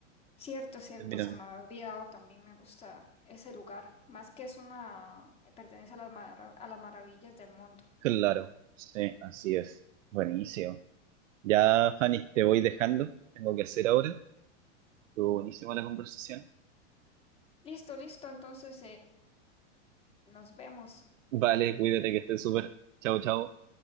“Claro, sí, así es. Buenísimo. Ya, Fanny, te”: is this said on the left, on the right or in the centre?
Right